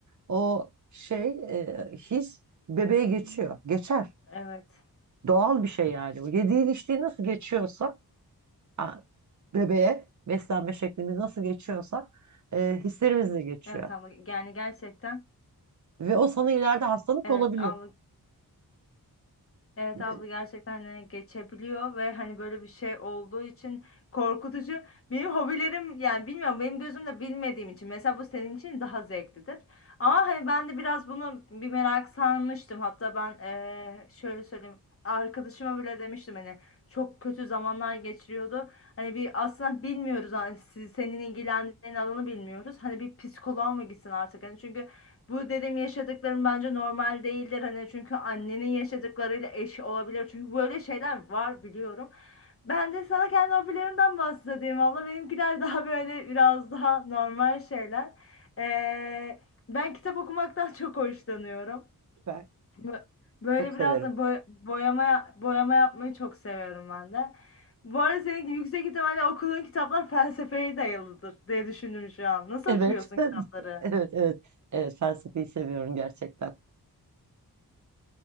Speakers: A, on the right; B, on the left.
A: O şey e, his bebeğe geçiyor. Geçer.
B: evet.
A: Doğal bir şey yani. O yediğin içtiğin nasıl geçiyorsa ha, bebeğe beslenme şeklimiz nasıl geçiyorsa e, hislerimiz de geçiyor.
B: Evet abla yani gerçekten
A: Ve o sana ileride hastalık
B: evet
A: olabiliyor.
B: abla Evet
A: Ben
B: abla gerçekten e, geçebiliyor ve hani böyle bir şey olduğu için korkutucu. Benim hobilerim yani bilmiyorum benim gözümle bilmediğim için mesela bu senin için daha zevklidir. Ama hani ben de biraz bunu bir merak sarmıştım. Hatta ben e, şöyle söyleyeyim arkadaşıma bile demiştim hani çok kötü zamanlar geçiriyordu. Hani bir aslında bilmiyoruz hani siz, senin ilgilendiğin alanı bilmiyoruz. Hani bir psikoloğa mı gitsin artık hani çünkü bu dedim yaşadıklarım bence normal değildir hani çünkü annenin yaşadıklarıyla eş olabilir çünkü böyle şeyler var biliyorum. Ben de sana kendi hobilerimden bahsedeyim valla benimkiler daha böyle biraz daha normal şeyler. Ee, ben kitap okumaktan <laughs> çok hoşlanıyorum.
A: ben
B: Bö- Böyle
A: çok severim.
B: biraz da boy- boyama boyama yapmayı çok seviyorum ben de. Bu arada senin yüksek ihtimalle okuduğun kitaplar felsefeye dayalıdır diye düşündüm şu an. Nasıl
A: Evet.
B: okuyorsun
A: <laughs>
B: kitapları?
A: Evet, evet. Evet, felsefeyi seviyorum gerçekten.